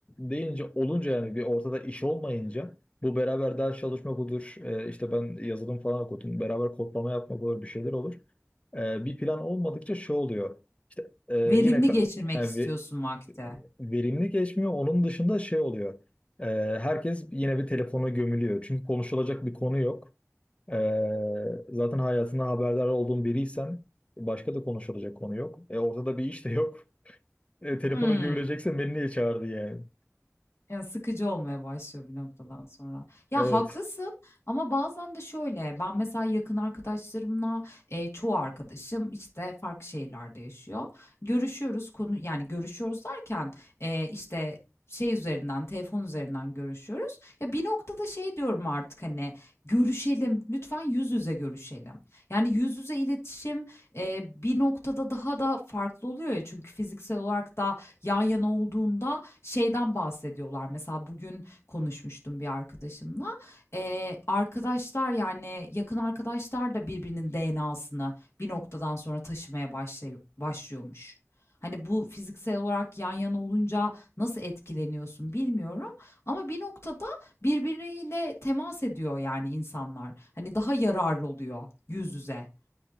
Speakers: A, on the left; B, on the left.
A: deyince olunca yani bir ortada iş olmayınca bu beraber ders çalışmak olur e, işte ben yazılım falan okudum beraber kodlama yapmak olur bir şeyler olur. E, bir plan olmadıkça şey oluyor işte e, yine
B: Verimli
A: ka-
B: geçirmek
A: yani
B: istiyorsun
A: ve-
B: vakti.
A: verimli geçmiyor onun dışında şey oluyor E, herkes yine bir telefona gömülüyor çünkü konuşulacak bir konu yok. Ee, zaten hayatından haberdar olduğun biriysen başka da konuşulacak konu yok. E, ortada bir iş de yok. E, telefona
B: Hmm.
A: görülecekse beni niye çağırdı yani?
B: Ya sıkıcı olmaya başlıyor bir noktadan sonra. Ya
A: Evet.
B: haklısın ama bazen de şöyle ben mesela yakın arkadaşlarımla e, çoğu arkadaşım işte farklı şehirlerde yaşıyor. Görüşüyoruz konu yani görüşüyoruz derken e, işte şey üzerinden telefon üzerinden görüşüyoruz. Ya bir noktada şey diyorum artık hani görüşelim lütfen yüz yüze görüşelim. Yani yüz yüze iletişim e, bir noktada daha da farklı oluyor ya çünkü fiziksel olarak da yan yana olduğunda şeyden bahsediyorlar. Mesela bugün konuşmuştum bir arkadaşımla. Eee, arkadaşlar yani yakın arkadaşlar da birbirinin DNA'sını bir noktadan sonra taşımaya başlay- başlıyormuş. Hani bu fiziksel olarak yan yana olunca nasıl etkileniyorsun bilmiyorum ama bir noktada birbiriyle temas ediyor yani insanlar. Hani daha yararlı oluyor yüz yüze.